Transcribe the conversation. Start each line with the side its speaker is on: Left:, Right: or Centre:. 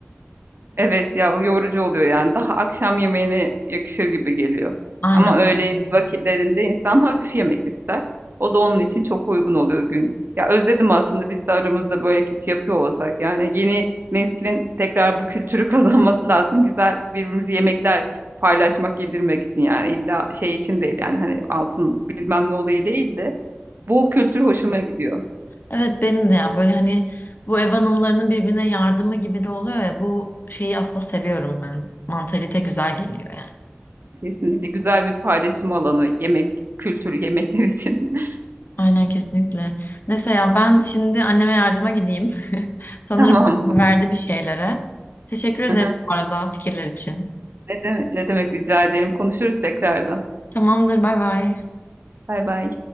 Right: Evet ya o yorucu oluyor yani. Daha akşam yemeğine yakışır gibi geliyor.
Left: Aynen.
Right: Ama öğleyin
Left: Evet.
Right: vakitlerinde insan hafif yemek ister. O da onun için çok uygun oluyor gün. Ya özledim aslında biz de aramızda böyle hiç yapıyor olsak. Yani yeni neslin tekrar bu kültürü <laughs> kazanması lazım. Güzel birbirimizi yemekler paylaşmak, yedirmek için yani illa şey için değil yani hani altın bilmem ne olayı değil de bu kültür hoşuma gidiyor.
Left: Evet benim de ya böyle hani bu ev hanımlarının birbirine yardımı gibi de oluyor ya bu şeyi aslında seviyorum ben. Mantalite güzel geliyor yani.
Right: Kesinlikle güzel bir paylaşım alanı yemek kültürü yemekler için. <laughs>
Left: Aynen kesinlikle. Neyse ya ben şimdi anneme yardıma gideyim. <laughs> Sanırım
Right: Tamam
Left: karar
Right: mı?
Left: verdi bir şeylere. Teşekkür ederim
Right: <laughs>
Left: bu arada fikirler için.
Right: Ne demek, ne demek rica ederim. Konuşuruz tekrardan.
Left: Tamamdır bay bay.
Right: Bay bay.